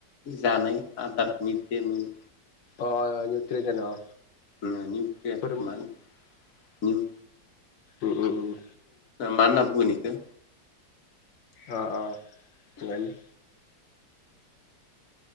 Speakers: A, on the left (about 50°); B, on the left (about 80°).
A: जानाय आदार मिड दे मिल
B: अ निउट्रिजन अ
A: मानि <unintelligible>
B: फोर उम
A: मा होनो? निउ
B: उम उम उम
A: माना बुंगोनइखौ
B: अ अ मानो